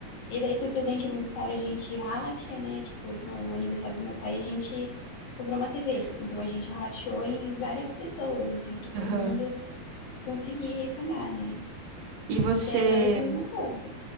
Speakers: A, on the left; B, on the right.
A: E daí se o presente é muito caro, a gente racha, né? Tipo, no aniversário do meu pai, a gente comprou uma TV. Então a gente rachou em várias pessoas, assim, para todo
B: Aham.
A: mundo conseguir pagar, né?
B: E você,
A: E daí agora vai ser a mesma coisa.